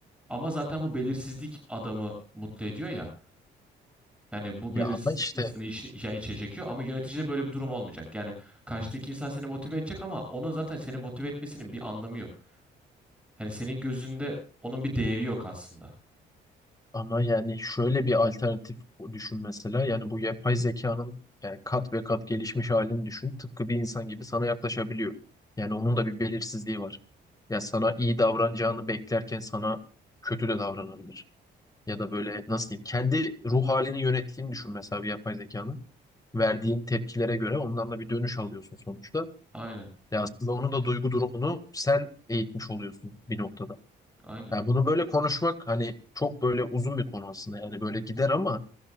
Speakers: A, in the centre; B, on the left.
A: Ama zaten bu belirsizlik adamı mutlu ediyor ya. Yani bu belirsizlik
B: ya ama işte
A: insanı iç, yani içe çekiyor ama yöneticide böyle bir durum olmayacak. Yani karşıdaki insan seni motive edecek ama onun zaten seni motive etmesinin bir anlamı yok. Yani senin gözünde onun bir değeri yok aslında.
B: Ama yani şöyle bir alternatif düşün mesela. Yani bu yapay zekanın yani kat ve kat gelişmiş halini düşün. Tıpkı bir insan gibi sana yaklaşabiliyor. Yani onun da bir belirsizliği var. Ya sana iyi davranacağını beklerken sana kötü de davranabilir. Ya da böyle nasıl diyeyim kendi ruh halini yönettiğini düşün mesela bir yapay zekanın. Verdiğin tepkilere göre ondan da bir dönüş alıyorsun sonuçta.
A: Aynen,
B: Ya aslında onun da duygu durumunu sen eğitmiş oluyorsun bir noktada.
A: aynen.
B: Ya bunu böyle konuşmak hani çok böyle uzun bir konu aslında yani böyle gider ama